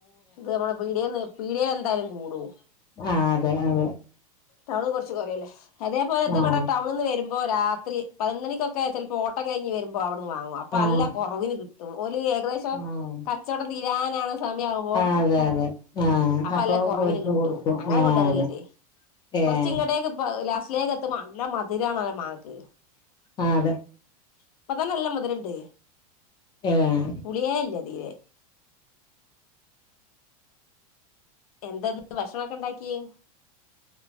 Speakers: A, on the left; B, on the left.
A: ഇത് നമ്മുടെ പീടിയേന്ന്‌ പീഡയേൽ എന്തായാലും കൂടും
B: ആഹ് അതെ അതെ
A: ടൗണെ കൊറച്ച് പറയൂല്ലേ അതേപോലെ ഇത്
B: ആഹ്
A: ഇവിടെ ടൗണീന്ന് വരുമ്പോ രാത്രി പതിനൊന്ന് മണിക്കൊ ക്കെയാ ചിലപ്പോ ഓട്ടം കഴിഞ്ഞ് വരുമ്പോ അവിടുന്ന് വാങ്ങുക അപ്പോ
B: ആഹ്
A: അല്ല കുറവിന് കിട്ടും ഓ ല് ഏകദേശം
B: ആഹ്
A: കച്ചവടം തീരാനാണ് സമയ ആവുമ്പോ
B: അതെ അതെ ആഹ്
A: അപ്പൊ അല്ല കൊറവിന്
B: ഓര്ക്ക്
A: കിട്ടും
B: കൊടുക്കും
A: അങ്ങനെ
B: ആഹ്
A: കൊണ്ടുവരല്ലിണ്ടേ
B: അതെ ഏഹ്
A: കൊറച്ച് ഇങ്ങട്ടേക്ക് ഇപ്പ ലാസ്റ്റിലേക്ക് എത്തുമ്പോ നല്ല മധുരാണല്ലോ മാങ്ങക്ക്
B: ആ അതെ
A: ഇപ്പൊ തന്നെ നല്ല മധുരമുണ്ട്
B: ഏഹ്
A: പുളിയേ ഇല്ലേ തീരെ എന്താ ഇന്ന് ഭക്ഷണവൊക്കെ ഉണ്ടാക്കിയെ